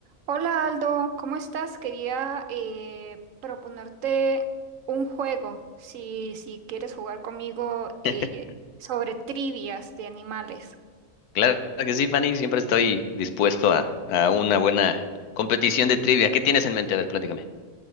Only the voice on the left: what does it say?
<laughs>
Claro que sí, Fanny, siempre estoy dispuesto a, a una buena competición de trivia. ¿Qué tienes en mente? A ver, platícame.